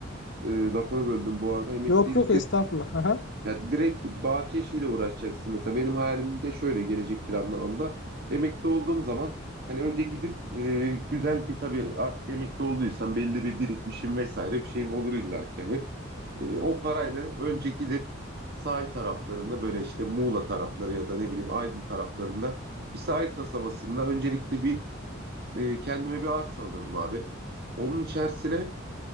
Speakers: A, on the right; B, on the left.
A: e, lafını böldüm bu arada. Emeklilik
B: yok yok estağfurullah. <laughs>
A: Ya direkt bahçe işiyle uğraşacaksın. Mesela benim hayalimde şöyle gelecek planlamamda. Emekli olduğum zaman hani önce gidip e, güzel bir tabii artık emekli olduysam belli bir birikmişim vesaire bir şeyim olur illa ki hani. E, o parayla önce gidip sahil taraflarında böyle işte Muğla tarafları ya da ne bileyim Aydın taraflarında bir sahil kasabasında öncelikle bir e, kendime bir arsa alırdım abi. Onun içerisine